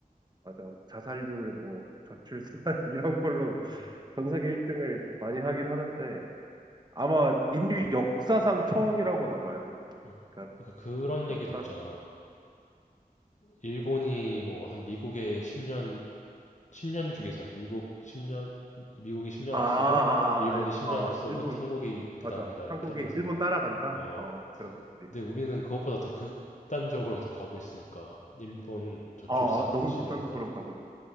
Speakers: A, on the right; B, on the left.
A: 맞아. 자살률, 뭐, 저출산, <laughs> 이런 걸로
B: 음,
A: 전 세계 1등을 많이 하긴 하는데, 아마 인류 역사상 처음이라고 나도 알고 있어.
B: 어.
A: 그러니까
B: 약간 그런
A: 역사상
B: 얘기도 있잖아. 일본이 뭐 한 미국의 10년 10년 주기설. 미국 10년, 미국이 10년
A: 아, 아,
B: 앞서고, 일본이 10년
A: 아, 어,
B: 앞서고,
A: 일본
B: 한국이 그
A: 맞아
B: 다음이다.
A: 맞아.
B: 이렇게
A: 한국이
B: 하면서,
A: 일본 따라간다.
B: 어,
A: 어, 들어갔지.
B: 근데 우리는 그것보다 더 극단적으로 더 가고 있으니까, 일본 저출산
A: 아, 아, 너무
B: 그 시대보다.
A: 극단적으로 가고 있어.